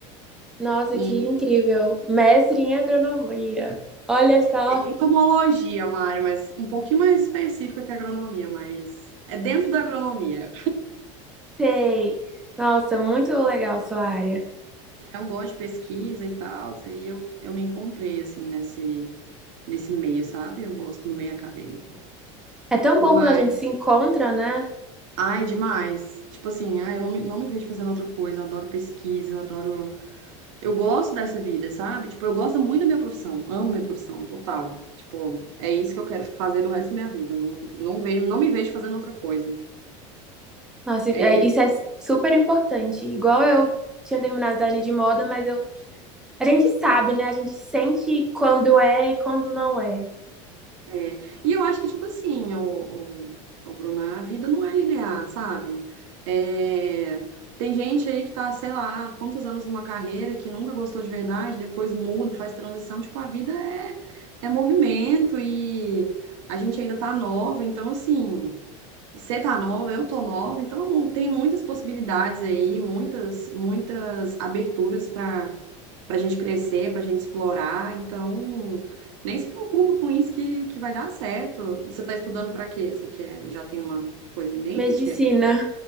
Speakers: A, in the centre; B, on the right.
A: Nossa,
B: e
A: que incrível! Mestre em agronomia. Olha só,
B: entomologia, é uma área mais um pouquinho mais específica que a agronomia, mas é dentro da agronomia.
A: sei. Nossa, muito legal sua área.
B: Eu gosto de pesquisa e tal, e eu, eu me encontrei assim nesse nesse meio, sabe? Eu gosto no meio acadêmico.
A: É tão
B: Mas,
A: bom quando a gente se encontra, né?
B: ai, demais. Tipo assim, ai, eu não me, não me vejo fazendo outra coisa. Eu adoro pesquisa, eu adoro Eu gosto dessa vida, sabe? Tipo, eu gosto muito da minha profissão, amo minha profissão, total. Tipo, é isso que eu quero fazer do resto da minha vida. Não, não vejo, não me vejo fazendo outra coisa.
A: Nossa,
B: É,
A: é- isso é super importante. Igual eu tinha terminado design de moda, mas eu, a gente sabe, né? A gente sente quando é e quando não é.
B: é. E eu acho que, tipo assim, o, o, o Bruno, a vida não é linear, sabe? É, tem gente aí que tá, sei lá, quantos anos numa carreira que nunca gostou de verdade, depois muda, faz transição. Tipo, a vida é, é movimento e a gente ainda tá nova, então, assim. Você tá nova, eu tô nova, então tem muitas possibilidades aí, muitas, muitas aberturas para para a gente crescer, para a gente explorar. Então, nem se preocupa com isso que, que vai dar certo. Você tá estudando para quê? Você quer, já tem uma coisa em mente?
A: Medicina.